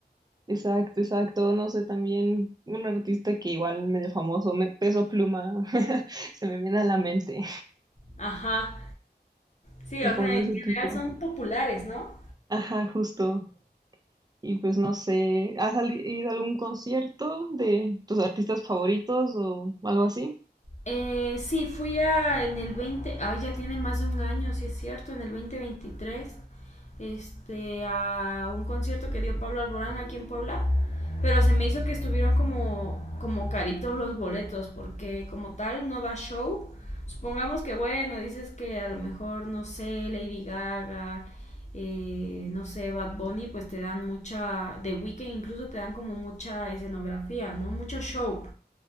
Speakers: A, on the right (about 25°); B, on the left (about 40°).
A: Exacto, exacto. No sé, también un artista que igual medio famoso, me- Peso Pluma, <laughs> se me viene a la mente.
B: Ajá, Sí,
A: Y
B: o
A: como
B: sea, en
A: de ese
B: general
A: tipo.
B: son populares, ¿no?
A: Ajá, justo. Y pues no sé, ¿has sali- ido a algún concierto de tus artistas favoritos o algo así?
B: Eh, sí, fui a, en el 20, ah, ya tiene más de un año, sí es cierto, en el 2023, este, a un concierto que dio Pablo Alborán aquí en Puebla, pero se me hizo que estuvieron como, como caritos los boletos, porque como tal no da show. Supongamos que, bueno, dices que a lo mejor, no sé, Lady Gaga, eh, no sé, Bad Bunny, pues te dan mucha, de Weeknd incluso te dan como mucha escenografía, ¿no? Mucho show.